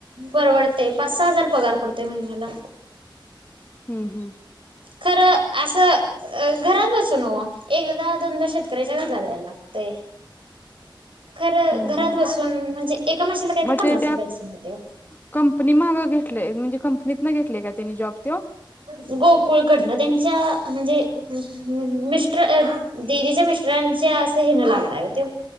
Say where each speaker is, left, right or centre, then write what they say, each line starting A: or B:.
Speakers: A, on the right; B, on the left.
A: परवडतय पाच सहा हजार पगार पडतोय महिन्याला
B: हम्म हम्म
A: खरं आसं अ घरात बसून ओ एकदा दोनदा शेतकऱ्याच्या घरला जायायला लागतय खर
B: हम्म
A: घरात
B: हम्म
A: बसून म्हणजे एका म्हशीला कायतर
B: मग
A: पन्नास
B: ते त्या
A: रुपये अस मिळतय
B: कंपनी मागं घेतलंय म्हणजे कंपनीत न घेतलेय का त्यानी जॉब तो
A: ओ गोकुळकडन त्यांच्या म्हणजे हम् ह् मिस्टर दिदीच्या मिस्टरांच्या असं हेणं लागलाय ओ त्यो.